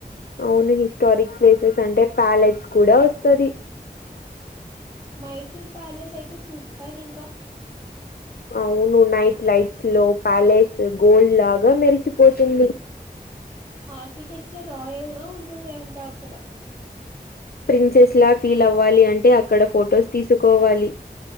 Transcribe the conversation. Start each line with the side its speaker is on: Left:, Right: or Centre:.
Left: అవును హిస్టారిక్ ప్లేసెస్ అంటే ప్యాలెట్స్ కూడా వస్తాది
Right: మైసూర్ ప్యాలెస్ అయితే సూపర్ ఇంకా
Left: అవును నైట్ లైట్స్ లో ప్యాలెస్ గోల్డ్ లాగా మెరిసిపోతుంది
Right: ఆర్కిటెక్చర్ రాయల్ గా ఉంటుంది ఎంతో అక్కడ
Left: ప్రిన్సెస్ లా ఫీల్ అవ్వాలి అంటే అక్కడ ఫోటోస్ తీసుకోవాలి